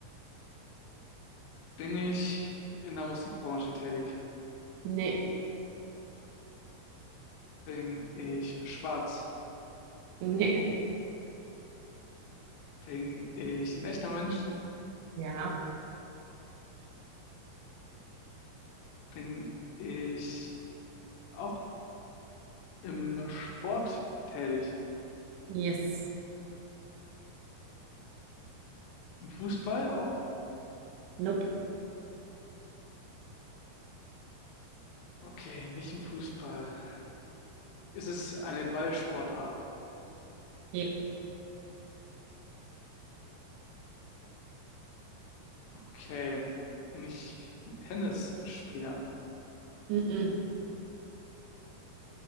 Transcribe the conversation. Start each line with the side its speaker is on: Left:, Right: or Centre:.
Left: Bin ich in der Musikbranche tätig?
Right: Nee.
Left: Bin ich schwarz?
Right: Nee.
Left: Bin ich ein echter Mensch?
Right: Ja.
Left: Bin ich auch im Sport tätig?
Right: Yes.
Left: Im Fußball auch?
Right: Nope.
Left: Okay, nicht im Fußball. Ist es eine Ballsportart?
Right: Ja.
Left: Okay. Bin ich ein Tennisspieler?
Right: Mm-mm.